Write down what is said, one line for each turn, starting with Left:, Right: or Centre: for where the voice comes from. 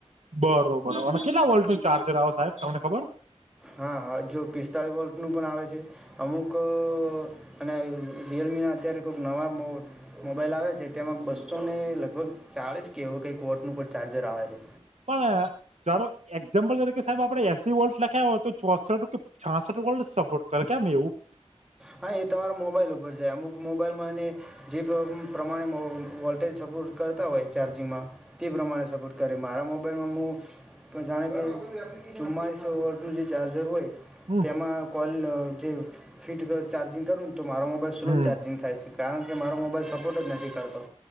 Right: બરોબર અને કેટલા વોલ્ટ ન ચાર્જર આવો સાહેબ તમને ખબર
Centre: હા હા જો પિસ્તાળી વોલ્ટનું પણ આવે છે અમુક અને રિયલમીના અત્યારે નવા મો મોબાઈલ આવે છે તેમાં બસો ને લગભગ ચાળસ કેવો કંઈક વોટનું પણ ચાર્જર આવે છે
Right: પણ જારો એક્ઝામ્પલ ત કે સાહેબ આપડે એસી વોલ્ડ લખ્યા હોય તો ચોસઠ કે છાસઠ વોલ્ડ સપોર્ટ કરે કેમ એવું
Centre: હા એ તમારા મોબાઈલ ઉપર છે અમુક મોબાઈલમાં અને જે પ્રમાણે વોલ્ટેજ સપોર્ટ કરતા હોય ચાર્જિંગમાં તે પ્રમાણે સપોર્ટ કરે મારામ બરમાં હું પણ જાણે કે ચુમ્માળીસો વર્ટનું જે ચાર્જર હોય
Right: હમ
Centre: તેમાં કો જે ફીટ ચાર્જિંગ કર તો મારો મોબાઈલ સ્લો
Right: હમ
Centre: ચાર્જિંગ થાય છે કારણ કે મારો મોબાઈલ સપોર્ટ જ નથી કરતો